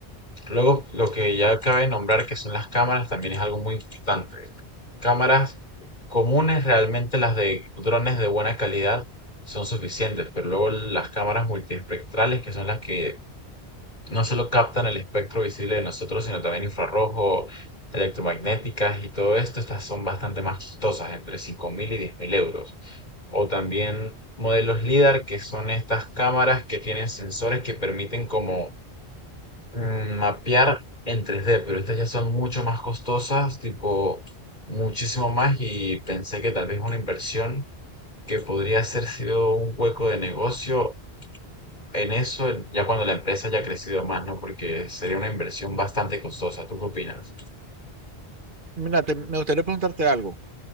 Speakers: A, on the left; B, on the right.
A: Luego, lo que ya cabe nombrar que son las cámaras también es algo muy importante. Cámaras comunes, realmente las de drones de buena calidad son suficientes, pero luego las cámaras multiespectrales, que son las que no solo captan el espectro visible de nosotros, sino también infrarrojo, electromagnéticas y todo esto. Estas son bastante más costosas, entre 5.000 y 10.000 euros. O también modelos LIDAR, que son estas cámaras que tienen sensores que permiten como mm, mapear en tres d pero estas ya son mucho más costosas, tipo muchísimo más y pensé que tal vez una inversión que podría haber sido un hueco de negocio en eso ya cuando la empresa ya ha crecido más, ¿no? Porque sería una inversión bastante costosa. ¿Tú qué opinas?
B: Mira, te- me gustaría preguntarte algo.